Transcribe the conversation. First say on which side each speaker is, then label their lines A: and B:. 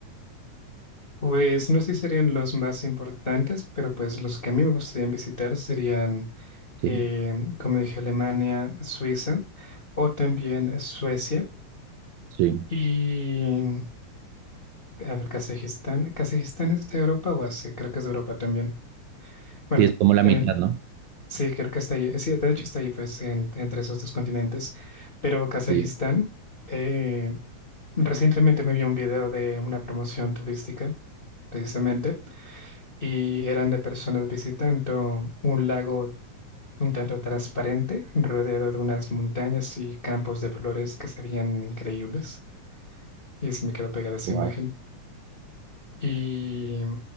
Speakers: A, on the left; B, on the right.
A: Pues no sé si serían los más importantes, pero pues los que a mí me gustaría visitar serían,
B: Sí,
A: eh, como dije, Alemania, Suiza o también Suecia
B: sí.
A: y, a ver, Kazajistán. ¿Kazajistán es de Europa o Asia? Creo que es de Europa también. Bueno,
B: Sí, es como la
A: también
B: mitad, ¿no?
A: Sí, creo que está allí. Sí, de hecho está allí, pues, en- entre esos dos continentes. Pero Kazajistán,
B: Sí,
A: eh, recientemente me vi un video de una promoción turística, precisamente, y eran de personas visitando un lago un tanto transparente, rodeado de unas montañas y campos de flores que se veían increíbles. Y se me quedó pegada esa
B: wow.
A: imagen. Y